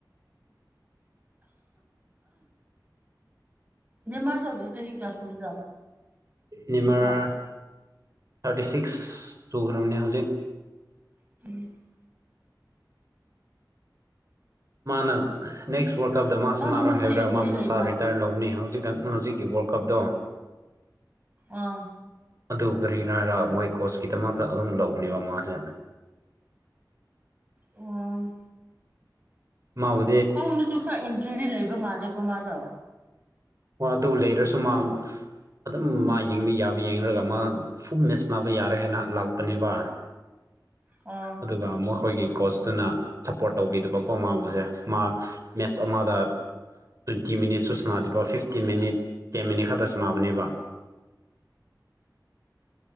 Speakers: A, on the right; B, on the right.
A: ꯅꯦꯃꯥꯔꯁꯨ ꯍꯧꯖꯤꯛ ꯆꯍꯤ ꯀꯌꯥ ꯁꯨꯔꯖꯥꯠꯅꯣ
B: ꯅꯤꯃꯔ
A: ꯀꯣ
B: ꯊꯥꯔꯇꯤ ꯁꯤꯛꯁ ꯆꯨꯈ꯭ꯔꯕꯅꯦ ꯍꯧꯖꯤꯛ
A: <inaudible>
B: ꯃꯥꯅ ꯅꯦꯛꯁ ꯋꯥꯔꯜ ꯀꯞꯇ ꯃꯥ ꯁꯅꯥꯔꯣꯏ
A: ꯃꯥꯁꯨ ꯃꯈꯨꯠ
B: ꯍꯥꯏꯕꯔ꯭ꯔꯥ
A: ꯏꯟꯖꯨꯔꯤ
B: ꯃꯥ
A: ꯂꯩꯕ
B: ꯁꯥꯔꯣꯏ
A: ꯃꯥꯜꯂꯦ
B: ꯇꯥꯔ ꯂꯧꯅꯤ ꯍꯧꯖꯤꯛ ꯍꯧꯖꯤꯛꯀꯤ ꯋꯥꯔꯜ ꯀꯞꯗꯣ
A: ꯑꯥ
B: ꯑꯗꯨ ꯀꯔꯤꯅ ꯍꯥꯏꯔ ꯃꯣꯏ ꯀꯣꯁꯀꯤꯗꯃꯛꯇ ꯑꯗꯨꯝ ꯂꯧꯕꯅꯦꯕ ꯃꯥꯁꯦ
A: ꯑꯣ
B: ꯃꯥꯕꯨ
A: ꯈꯣꯡꯗꯁꯨ ꯈꯔ ꯏꯟꯖꯨꯔꯤ ꯂꯩꯕ ꯃꯥꯜꯂꯦꯀꯣ ꯃꯥꯗꯣ
B: ꯃꯥꯗꯨ ꯂꯩꯔꯁꯨ ꯃꯥ ꯑꯗꯨꯝ ꯃꯥ ꯌꯦꯡꯕ ꯌꯥꯕ ꯌꯦꯡꯔꯒ ꯃꯥ ꯐꯨꯜ ꯃꯦꯠ ꯁꯅꯥꯕ ꯌꯥꯔꯦ ꯍꯥꯏꯅ ꯂꯥꯛꯄꯅꯦꯕ
A: ꯑꯣ
B: ꯑꯗꯨꯒ ꯃꯈꯣꯏꯒꯤ ꯀꯣꯆꯇꯨꯅ ꯁꯞꯄꯣꯔꯠ ꯇꯧꯕꯤꯗꯕ ꯀꯣ ꯃꯥꯕꯨꯁꯦ ꯃꯥ ꯃꯦꯁ ꯑꯃꯥꯗ ꯇ꯭ꯋꯦꯟꯇꯤ ꯃꯤꯅꯤꯠ ꯁꯨ ꯁꯅꯗꯕ ꯐꯤꯐꯇꯤ ꯃꯤꯅꯤꯠ ꯇꯦꯟ ꯃꯤꯅꯤꯠ ꯈꯛꯇ ꯁꯅꯥꯕꯅꯦꯕ